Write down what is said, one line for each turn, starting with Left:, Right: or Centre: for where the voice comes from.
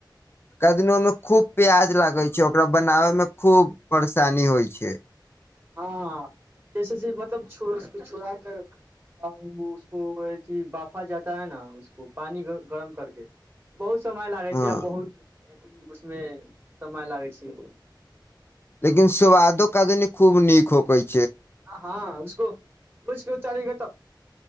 Left: <unintelligible>
Right: <unintelligible> समय लागै छै आ
Left: हँ
Right: बहुत <unintelligible>
Left: <unintelligible>
Right: <unintelligible> अच्छा लग